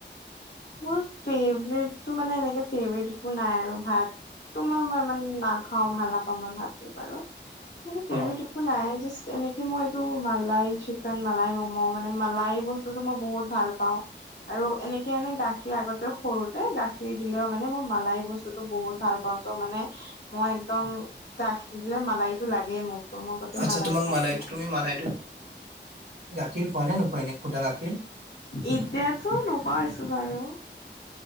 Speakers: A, on the left; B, on the right.
A: মোৰ ফেভৰেটটো মানে এনেকে ফেভৰেট একো নাই আৰু ভাত তোমাৰ মই ইমান নাখাও ভাল নাপাওঁ মই ভাতটো বাৰু কিন্তু ফেভৰেট
B: অ
A: নাই জাষ্ট এনেকে মই এইটো মালাই চিকেন মালাই ম'ম' মানে মালাই বস্ স্তুটো মমই বহুত ভাল পাও আৰু এনেকে এনে গাখীৰ আগতে সৰুতে গাখীৰ দিলেও মানে মোৰ মালাই বস্তুটো বহুত ভাল পাওঁ ত মানে মই একদম গাখীৰ দিলে মালাইটো লাগেই মোক ত' মই গোটেই
B: আচ্ছা
A: মালাই
B: তোমাক
A: খাই
B: মালাইটো
A: দিওঁ
B: তুমি মালাইটো গাখীৰ খোৱা নে নোখোৱা এনে খুদা গাখীৰ
A: এতিয়াতো নকোৱা হৈছো বাৰু